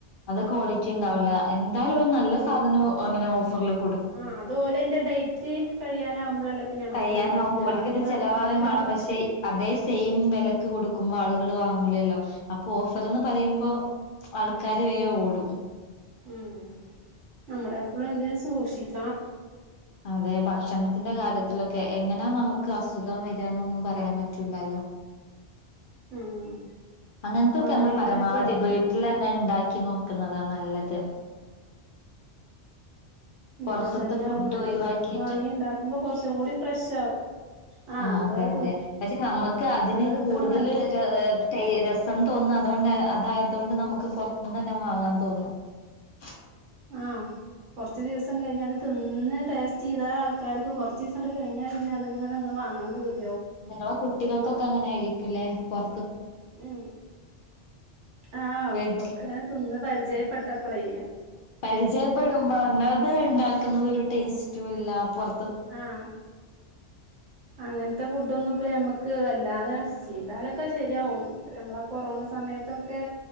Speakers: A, on the left (about 60°); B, on the right (about 85°).
A: അത് ക്വാളിറ്റി ഉണ്ടാവില്ല എന്തായാലും നല്ല സാധനവും അങ്ങനെ ഓഫറിൽ കൊടു
B: ആഹ അത് ഓൽ അതിന്റെ ഡേറ്റ് കഴിയാനാകുമ്പോ അല്ലെ ഞമ്മക്കത്
A: കഴിയാനാവുമ്പോ
B: കിട്ടാ
A: ഓൽക്കത്
B: അപ്പൊ
A: ചെലവാവേം
B: നമ്മ ഭക്ഷണം
A: വേണം
B: സാധന
A: പക്ഷെ അതേ സെയിം വിലക്ക് കൊടുക്കുമ്പോ ആൾ ലു കാല് വാങ്ങൂലല്ലോ അപ്പൊ ഓഫർന്ന് പറയുമ്പോ ആൾകാര് വേഗം ഓടും.
B: ഉം നമ്മൾ എപ്പോഴും എന്തിനും സൂക്ഷിക്കണം.
A: അതെ ഭക്ഷണത്തിന്റെ കാര്യത്തിലൊക്കെ എങ്ങനെ നമുക്ക് അസുഖം വരന്നൊന്നും പറയാൻ പറ്റൂലല്ലോ.. <inaudible>
B: ഉം
A: അങ്ങനത്തൊക്കെ
B: അപ്പൊ അവിടെ
A: നമ്മൾ
B: ഇവിടെയൊക്കെ
A: പരമാവധി
B: ഓരോരോ
A: വീട്ടിൽ അന്നെ ഉണ്ടാക്കി നോക്കി ക്കുന്നതാ നല്ലത്..
B: ഉം
A: പുറത്തത്തെ
B: അതെന്നെ
A: ഫുഡ്
B: ആവും നല്ലത്
A: ഒഴിവാക്കിട്ട്
B: നമ്മള് വാങ്ങി ഉണ്ടാക്കുമ്പോ കുറച്ചും കൂടി ഫ്രഷ് ആവും. ആഹ്
A: ആ
B: നമ്മളത്
A: അതെ അതെ പക്ഷെ നമുക്ക് അതിന്
B: തിന്നണത് ഇത്ര
A: കൂടുതൽ
B: നല്ല
A: ഒരു രസം തോന്നുന്നു അതുകൊണ്ട് അതായതോണ്ട് നമുക്ക് പൊറത്തുന്ന് തന്നെ വാങ്ങാൻ തോന്നും. <unintelligible>
B: ആഹ കുറച്ച് ദിവസം കഴിഞ്ഞാൽ അത് തിന്ന് ടസ്റ്റ് ചെയ്താ ആൾക്കാർക്ക് കുറച്ച് ദിവസംണ്ട് കഴിഞ്ഞാൽ പിന്നെ അത് ഇങ്ങനെ ഒ വാങ്ങാൻ പൂതി
A: നിങ്ങളെ കുട്ടികൾക്കൊക്കെ അങ്ങനൊയായിരിക്കുംല്ലേ പുറ
B: ഉ ആ
A: വീട്ടിൽ
B: ഒക്കെ അങ്ങനെ തിന്ന് പരിചയപ്പെട്ടപ്പോളേ.
A: പരിചയപ്പെടുമ്പോ ഇങ്ങള്ത് ഉണ്ടാക്കുന്നുന്നത് ഒരു ടേസ്റ്റും ഇല്ല പുറ
B: ആഹ അങ്ങനത്തെ ഫുഡ്‌ ഒന്നും ഇപ്പൊ ഞമ്മക്ക് ക്ക് വല്ലാതെ ചെയ്താലൊക്കെ ശരിയാവും നമ്മളാ കൊറോണ സമയത്തൊക്കെ.